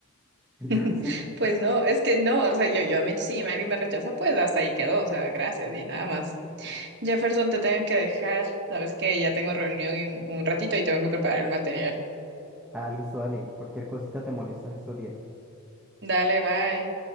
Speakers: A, in the centre; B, on the right (about 55°).
A: <laughs> Entonces,
B: <laughs> Pues no, es que no, o sea, yo, yo, a mí- si Mary me rechaza, pues hasta ahí quedó, o sea, gracias y nada más. Jefferson, te tengo que dejar, sabes que ya tengo reunión en un ratito y tengo que preparar el material.
A: ah, listo, dale, cualquier cosita te molesto en estos días.
B: Dale, bye.